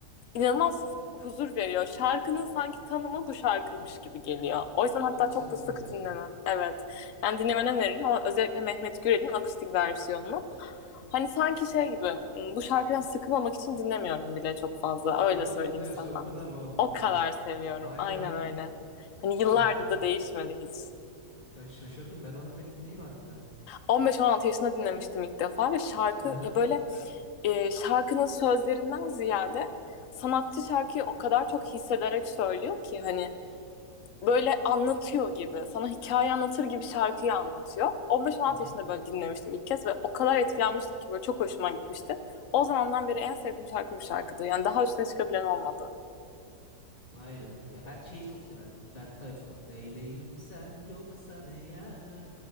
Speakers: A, on the left; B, on the left.
A: inanılmaz huzur veriyor. Şarkının sanki tanımı bu şarkıymış gibi geliyor. O yüzden hatta
B: Kimse
A: çok
B: bilmez.
A: da sık dinlemem. Evet. Yani dinlemeni öneririm ama özellikle Mehmet Gürel'in akustik versiyonunu. Hani sanki şey gibi hmm, bu şarkıdan sıkılmamak için dinlemiyorum bile çok fazla.
B: O o
A: Öyle
B: kadar
A: söyleyeyim
B: diyorsun,
A: sana.
B: o kadar bağımlılık.
A: O kadar seviyorum.
B: Vay
A: Aynen
B: be.
A: öyle. Hani
B: Şa-
A: yıllardır da değişmedi hiç.
B: e, şaşırdım. Ben onu bir dinleyeyim harbiden.
A: 15-16 yaşında dinlemiştim ilk defa ve şarkı
B: Hı hı.
A: ya böyle e, şarkının sözlerinden ziyade sanatçı şarkıyı o kadar çok hissederek söylüyor ki hani böyle anlatıyor gibi sana hikaye anlatır gibi şarkıyı anlatıyor. 15-16
B: Hı hı.
A: yaşında böyle dinlemiştim ilk kez ve o kadar etkilenmiştim ki böyle çok hoşuma gitmişti. O zamandan beri en sevdiğim şarkı bu şarkıdı. Yani daha üstüne çıkabilen olmadı.
B: Vay be. Ya ben şeyi çok severdim. Ferdi Tayfur'un Neyleyim sen yoksan eğer